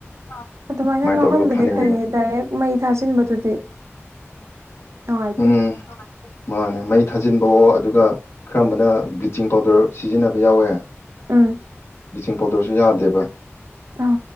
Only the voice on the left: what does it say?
ꯑꯗꯨꯃꯥꯢ
ꯇꯧꯔꯒ ꯐꯥꯅꯤꯡꯕ
ꯎꯝ ꯃꯥꯅꯦ ꯃꯩ ꯊꯥꯖꯤꯟꯕꯧ ꯑꯗꯨꯒ ꯈꯔ ꯑꯃꯅ ꯕ꯭ꯂꯤꯆꯤꯡ ꯄꯥꯎꯗꯔ ꯁꯤꯖꯤꯟꯅꯕ ꯌꯥꯎꯋꯦ
ꯕ꯭ꯂꯤꯁꯤꯡ ꯄꯥꯎꯗꯔꯁꯨ ꯌꯥꯗꯦꯕ